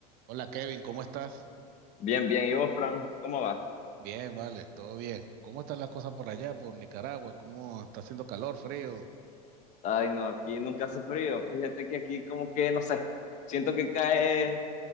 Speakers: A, on the right; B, on the left.
A: Hola Kevin, ¿cómo estás?
B: Bien, bien. ¿Y vos, Fran? ¿Cómo va?
A: Bien, vale, todo bien. ¿Cómo están las cosas por allá, por Nicaragua? ¿Cómo está haciendo calor, frío?
B: Ay, no, aquí nunca hace frío. Fíjate que aquí como que, no sé, siento que cae,